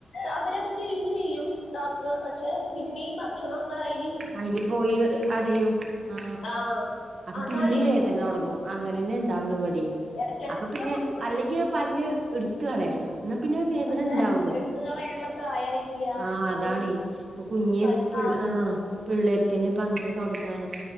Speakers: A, on the left; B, on the right.
A: അവരത് ക്ലീൻ ചെയ്യും ഡോക്ടർ പക്ഷെ പിന്നെഈ ഭക്ഷണൊക്കെ അയിൽ
B: അയിൽ പോയി അടയും ആ
A: ആഹ്
B: അപ്പൊ
A: അതാണേ
B: പിന്നീ വേദ ന തുടങ്ങും അങ്ങനെന്നെ ഇണ്ടാവണം ഇവിടിം
A: എടക്കെടക്ക്
B: അപ്പൊ പിന്നെ
A: കൊണ്ടോവല
B: അല്ലെങ്കിൽ പല്ല് ഇട്ത്ത് കളയണം ന്നാ പിന്നെ വേദന
A: പക്ഷെ
B: ഉണ്ടാവൂല
A: എടുത്ത് കളയാനുള്ള പ്രായായിട്ടില്ല
B: ആഹ് അതാണെ
A: അവന്
B: ഇപ്പൊ കുഞ്ഞി
A: വയസ്സാ
B: ആ പിള്ളേർക്കന്നെ ഇപ്പ അങ്ങനെ തൊടങ്ങാണ്